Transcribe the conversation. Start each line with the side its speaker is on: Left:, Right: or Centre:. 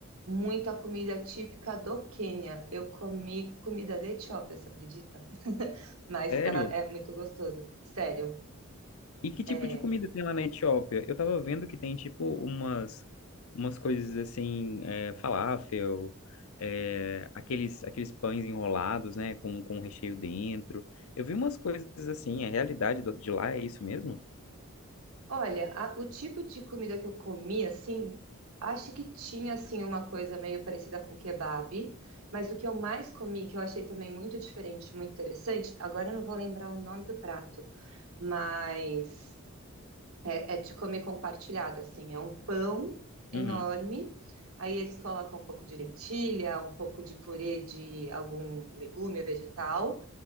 Right: muita comida típica do Quênia. Eu comi comida da Etiópia, você acredita? <laughs> Mas
Left: Sério?
Right: tava, é muito gostoso, sério.
Left: E que tipo
Right: é,
Left: de comida tem lá na Etiópia? Eu tava vendo que tem, tipo, umas, umas coisas assim, é, falafel, é, aqueles, aqueles pães enrolados, né, com, com recheio dentro. Eu vi umas coisas assim, a realidade do- de lá é isso mesmo?
Right: Olha, a- o tipo de comida que eu comi, assim, acho que tinha, assim, uma coisa meio parecida com kebab, mas o que eu mais comi, que eu achei também muito diferente, muito interessante, agora eu não vou lembrar o nome do prato, mas é, é de comer compartilhado, assim, é um pão enorme,
Left: Uhum.
Right: aí eles colocam um pouco de lentilha, um pouco de purê de algum legume ou vegetal,